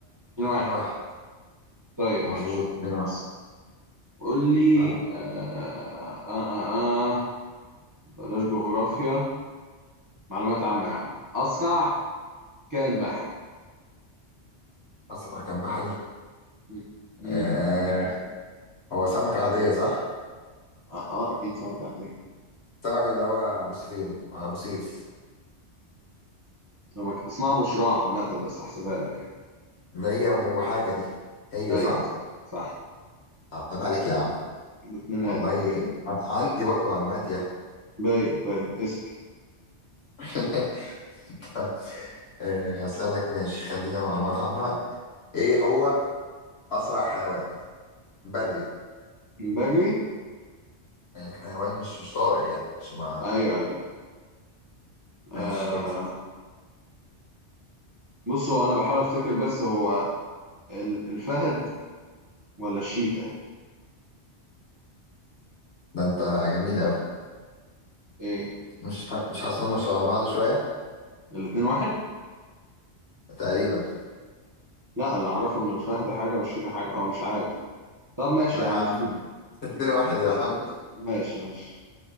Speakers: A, on the right; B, on the left.
A: اتنين
B: اتنين
A: واحد
B: واحد
A: طيب
B: مظبوط
A: ماشي
B: اتنين واحد
A: قول لي
B: فلا
A: آه آه آه آه. آه. بلاش جغرافيا معلومات عامة يا عم أسرع كائن بحري
B: اسرع كان بحري
A: مم. مم.
B: آه هو سمكة عادية صح؟
A: آه, آه أكيد سمكة عندي
B: السمكة اللي هو أبو سيفين أبو سيف
A: سمكة اسمها بشراع عامة بس هحسبها لك يعني
B: اللي هي أبو حاجة دي هي
A: أيوه
B: صح؟
A: صح صح.
B: عيب عليك يا عم
A: الاثنينات
B: والله ع- عندي برضو معلومات يا
A: باين باين اسأل
B: <laughs> طيب، آه، أسألك ماشي خلينا معلومات عامة إيه هو أسرع حيوان بري
A: بجري
B: يعني حيوان مش مش طائر يعني عشان ما
A: ايوه ايوه آه
B: ماشي قول لي
A: بص هو انا بحاول افتكر بس هو ال- الفهد ولا الشيتا
B: ده أنت جميل أوي
A: ايه
B: مش ح- مش حاسس إن هم شبه بعض شوية
A: الاتنين واحد
B: تقريبا
A: لا اللي اعرفه ان الفهد حاجة والشيتا حاجة او مش عارف طب ماشي
B: لا
A: يا
B: يا
A: عم
B: عم
A: الشيتا
B: اتنين واحد يا عم
A: ماشي ماشي